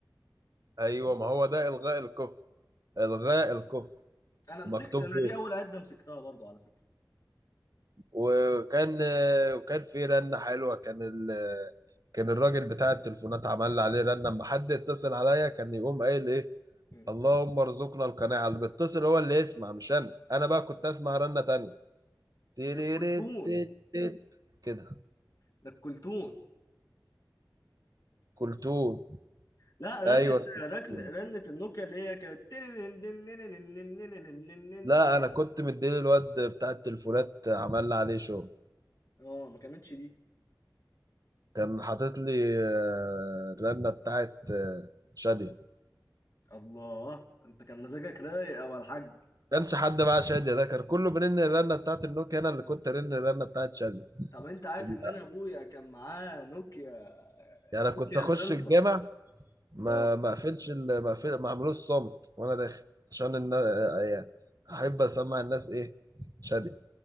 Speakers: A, on the right; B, on the left.
A: ايوه ما هو ده إلغاء القفل إلغاء القفل
B: انا
A: مكتوب
B: مسكت انا
A: فوق
B: دي اول عده مسكتها برضو على فكره
A: وكان وكان في رنة حلوة كان ال... كان الراجل بتاع التليفونات عمل لي عليه رنة اما حد يتصل عليا كان يقوم قايل ايه
B: مم.
A: اللهم ارزقنا القناعة اللي بيتصل هو اللي يسمع مش انا انا بقى كنت اسمع رنة تانية تيريريت
B: ده الكلتون
A: تيت تيت. كده
B: ده الكلتون
A: كلتوه
B: لا رنت
A: ايوه اسمه
B: ركن
A: كلثوم.
B: رنت النوكيا اللي هي كانت تننننننننننننننننن.
A: لا انا كنت مديني الواد بتاع التليفونات عمل لي عليه شغل
B: اه ما كانتش دي
A: كان حاطط لي آه، الرنة بتاعت آه، شادية
B: الله انت كان مزاجك رايق يا أبو الحاج
A: كانش حد معاه شادية ده كان كله بيرن الرنة بتاعت النوكيا انا اللي كنت ارن الرنة بتاعت شادية
B: طب انت عارف
A: في ال-
B: ان انا ابويا كان معاه نوكيا
A: يعني انا
B: نوكيا
A: كنت اخش
B: سيلفر
A: الجامع ما
B: اه
A: ما اقفلش ال- ما اقفل ما اعملوش صامت وانا داخل عشان ان يعني احب اسمع الناس ايه شادية